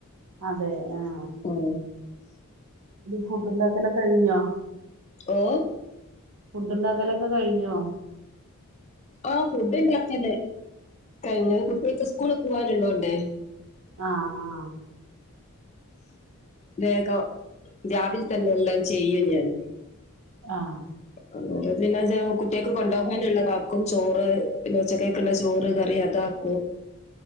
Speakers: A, on the right; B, on the left.
A: അതെ ആഹ്
B: ആഹ്
A: ഇ ഫുഡ്ണ്ടാക്കലൊകെഴിഞ്ഞോ
B: ഓഹ്
A: ഫുഡ് ണ്ടാക്കലൊക്കെ കഴിഞ്ഞോ
B: ആഹ് ഫുഡ് ണ്ടാക്കല്ലേ കഴിഞ് കുട്ട്യേക്ക് സ്കൂളിൽ പോവാൻള്ളതോണ്ടേ
A: ആഹ് ആഹ്
B: വേഗം രാവിൽ തന്നെ എല്ലാം ചെയ്യും ഞാൻ
A: ആഹ്
B: <unintelligible> അഹ് പിന്നെ <unintelligible> കുട്ട്യേക്ക് കൊണ്ടോകാനുള്ളതാക്കും ചോറ് പിന്നെ ഉച്ചക്കേക്ള്ള ചോറ് കറി അതാക്കും